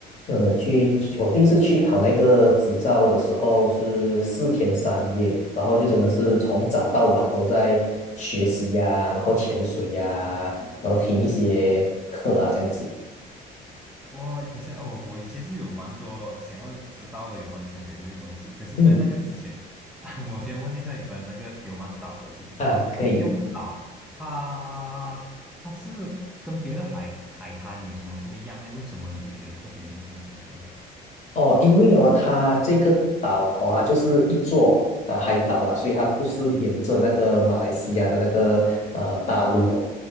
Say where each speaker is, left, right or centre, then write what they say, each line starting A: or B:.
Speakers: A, on the left; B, in the centre.
A: 呃，去我第一次去考那个执照的时候是四天三夜，然后就真的是从早到晚都在学习呀、然后潜水呀、然后听一些课啊，这样子。
B: 哇，等下哦，我其实有蛮多想要知道的有关潜水这个东西，可是，
A: 嗯，
B: 在那个之前，<laughs> 啊我先问一下有关那个丢曼岛的事情。
A: 啊，可以。
B: 就丢曼岛，它它是跟别的海海滩有什么不一样呢？为什么你会觉得特别印象深刻呢？
A: 哦，因为哦，它这个岛哦，它就是一座啊、呃海岛啦，所以它不是连着那个马来西亚的那个呃大陆的。